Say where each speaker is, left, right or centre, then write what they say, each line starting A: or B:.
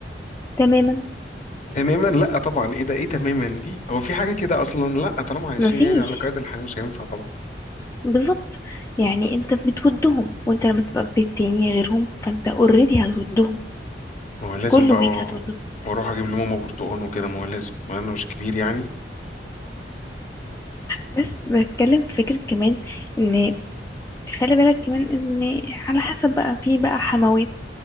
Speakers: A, on the left; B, on the left.
A: تماما
B: تماما لا طبعا ايه ده ايه تماما دي هو في حاجه كده اصلا لا طالما عايشين
A: مفيش
B: يعني على قيد الحياه مش هينفع طبعا
A: بالظبط يعني انت بتودهم وانت لما تبقى في بيت تاني غيرهم فانت اوريدي هتودهم
B: ما هو لازم
A: كل
B: بقى
A: ويك هتودهم
B: واروح اجيب لماما برتقان وكده ما هو لازم ما انا مش كبير يعني
A: بس بتكلم في فكره كمان ان خلي بالك كمان ان على حسب بقى في بقى حموات